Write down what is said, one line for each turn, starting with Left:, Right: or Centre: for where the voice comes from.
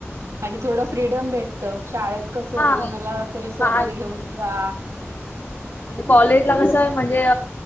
Right: आणि थोडं फ्रीडम भेटत शाळेत कसं
Left: हा
Right: कुणाला तरी सोबत घेऊन जा
Left: आणि कॉलेज ला कसं आहे म्हणजे